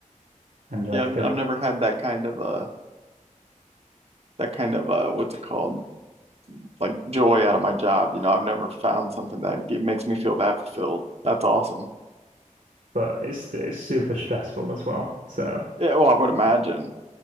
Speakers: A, on the right; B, on the right.
A: and like
B: Yeah, I've
A: the
B: I've never had that kind of uh that kind of uh what's it called? Like joy out of my job. You know, I've never found something that ge- makes me feel that fulfilled. That's awesome.
A: but it's it's super stressful as well. So
B: Yeah, well, I would imagine.